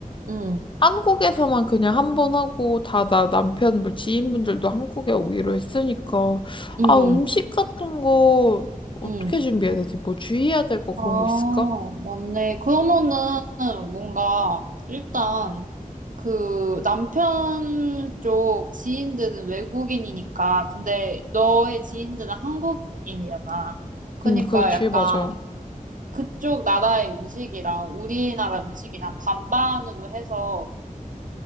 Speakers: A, on the right (about 65°); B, on the left (about 35°).
A: 음,
B: 한국에서만 그냥 한번 하고 다 나 남편 뭐 지인분들도 한국에 오기로 했으니까
A: 음,
B: 아, 음식 같은 거 어떻게
A: 음.
B: 준비해야 되지? 뭐 주의해야 될 거 그런
A: 아,
B: 거 있을까?
A: 맞네. 그러면은 뭔가 일단 그 남편 쪽 지인들은 외국인이니까 근데 너의 지인들은 한국인이잖아. 그러니까
B: 응, 그렇지,
A: 약간
B: 맞아.
A: 그쪽 나라의 음식이랑 우리나라 음식이랑 반반으로 해서